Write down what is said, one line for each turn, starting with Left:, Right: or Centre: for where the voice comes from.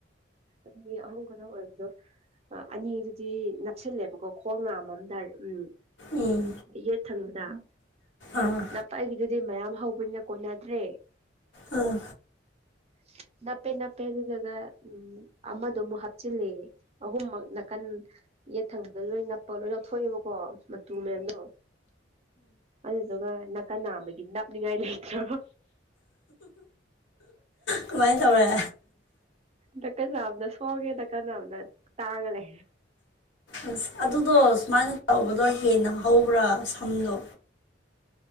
Right: ꯑꯗꯒꯤ ꯑꯍꯨꯝ ꯈꯔ ꯑꯣꯏꯕꯗꯣ ꯑꯅꯤꯗꯨꯗꯤ ꯅꯞꯁꯤꯜꯂꯦꯕꯀꯣ ꯈꯣꯡ ꯅꯥꯝꯃꯝ ꯎꯝ
Left: ꯎꯝ
Right: ꯌꯦꯠ ꯊꯪꯕꯗ
Left: ꯑꯥ
Right: ꯄꯥꯒꯤꯗꯨꯗꯤ ꯃꯌꯥꯝ ꯍꯧꯕꯅꯤꯅ ꯀꯣꯟꯅꯗ꯭ꯔꯦ
Left: ꯎꯝ
Right: <inaudible> ꯅꯞꯄꯦ ꯅꯞꯄꯦ ꯑꯗꯨꯗꯨꯒ ꯎꯝ ꯑꯃꯗ ꯑꯃꯨꯛ ꯍꯥꯞꯆꯤꯜꯂꯦ ꯑꯍꯨꯝꯃꯛ ꯅꯥꯀꯟ ꯌꯦꯠ ꯊꯪꯕꯗ ꯂꯣꯏ ꯅꯞꯄꯒ ꯂꯣꯏ ꯂꯧꯊꯣꯛꯑꯦꯕꯀꯣ ꯇꯨꯃꯦꯅꯣ ꯑꯗꯨꯗꯨꯒ ꯀꯅꯥꯃꯦ ꯀꯅꯤ ꯉꯥꯏ ꯂꯩ ꯏꯇ꯭ꯔꯣ
Left: ꯀꯃꯥꯏꯅ ꯇꯧꯔꯦ
Right: ꯗꯀ ꯂꯝꯅ ꯁꯣꯉꯦ ꯗꯀꯅꯅ ꯇꯥꯡꯡꯂꯦ
Left: ꯑ ꯑꯗꯨꯗꯣ ꯁꯨꯃꯥꯏꯅ ꯇꯧꯕꯗꯣ ꯍꯦꯟꯅ ꯍꯧꯕ꯭ꯔꯥ ꯁꯝꯗꯣ